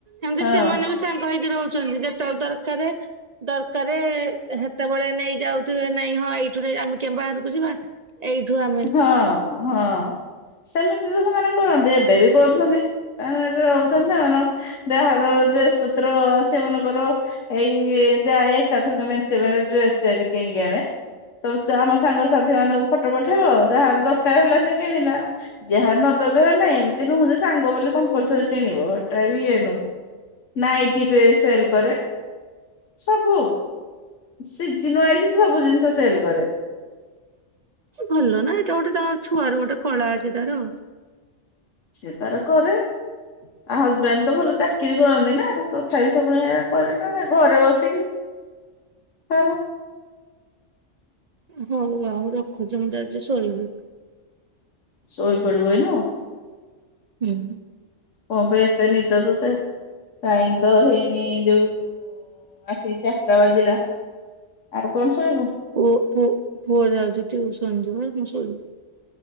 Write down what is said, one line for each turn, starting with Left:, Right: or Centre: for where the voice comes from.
Right: ଏମିତି
Left: ହଁ
Right: ସେମାନେ ବି ସାଙ୍ଗ ହେଇକି ରହୁଛନ୍ତି। ଯେତେବେଳେ ଦରକାରେ ଦରକାରେ ହେତେବେଳେ ନେଇ ଯାଉଥିବେ ନାଇଁ ହଁ ଏଇଠୁ ନେଇ ଯା, ଆମେ କେ ବାହାରକୁ ଯିବା। ଏଇଠୁ ଆଫ୍
Left: ହଁ, ହଁ, ସେମିତି ତ ସେମାନେ କରନନ୍ତେ। ଏବେ ବି କରୁଛନ୍ତି। ତା ରହୁଛନ୍ତି ସେମାନେ ଯାହାର ଡ୍ରେସ ପତ୍ର ସେମାନଙ୍କର ଏଇ ଯାଏ ଏକାଥରକେ ମେଞ୍ଚେ ମେଞ୍ଚେ ଡ୍ରେସ ସେଟ୍ କିଣିକି ଆଣେ। ତ ଚାମାସ ସାଙ୍ଗସାଥି ମାନଙ୍କୁ ଫଟୋ ପଠେଇବ। ଯାହାର ଦରକାର ହେଲା ସେ କିଣିଲା। ଯାହାର ନ ଦରକାର ନାାଇଁ ଏମିତି ନୁହଁ ଯେ ସାଙ୍ଗ ବୋଲି କମ୍ପଲସରୀ କିଣିବ ଏଟା ବି ଇଏ ନୁହଁ। ନାଇଟି ବି ସେଲ କରେ ସବୁ। ସିଜିନ୍ ୱାଇଜି ସେ ସବୁ ଜିନିଷ ସେଲ କରେ।
Right: ଭଲ ନା ଏଇଟା ଗୋଟେ ତାଙ୍କ ଛୁଆ ର ଗୋଟେ କଳା ଅଛି ତାର ଆଉ।
Left: ସେ ତାର କରେ। ଆ ହଜବେଣ୍ଡ ତ ଭଲ ଚାକିରି କରନ୍ତି ନା ତଥାପି ସେ ପୁଣି ହେରା କରେନା ନାହିଁ ଘରେ ବସିକି। ତାର
Right: ହଉ ଆଉ ରଖୁଛି ମୁଁ ଯାଉଛି ଶୋଇବି।
Left: ଶୋଇପଡିବ ଏନ
Right: ହୁଁ
Left: କଣ ପାଇଁ ଏତେ ନିଦ ତତେ? ଟାଇମ ତ ହେଇନି ଯୋଉ ଆସିକି ଚାରିଟା ବାଜିଲା, ଆଉ କଣ ଶୋଇବୁ।
Right: ପୁଅ ପୁଅ ପୁଅ ଯାଉଛି ଟିଉସନ ଯିବ ମୁଁ ଶୋଇବି।